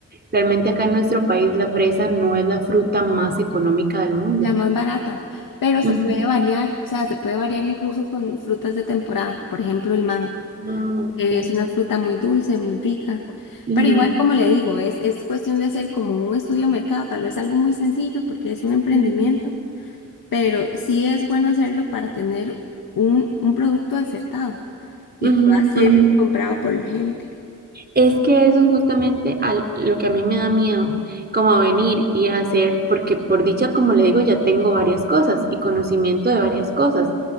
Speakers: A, on the right; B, on the left.
A: realmente acá en nuestro país la fresa no es la fruta más económica del mundo.
B: La más barata, pero se
A: Ujú.
B: puede variar, o sea, se puede variar incluso con frutas de temporada, por ejemplo, el mango,
A: Ah, ok.
B: que es una fruta muy dulce, muy rica,
A: Ujú,
B: pero igual como le digo, es, es cuestión de hacer como un estudio de mercado, tal vez algo muy sencillo porque es un emprendimiento,
A: ujú,
B: pero sí es bueno hacerlo para tener un, un producto acertado
A: ujú,
B: y que va a ser
A: ujú.
B: comprado por la gente.
A: Es que eso es justamente al- lo que a mí me da miedo, como a venir y a hacer, porque por dicha, como le digo, ya tengo varias cosas y conocimiento de varias cosas,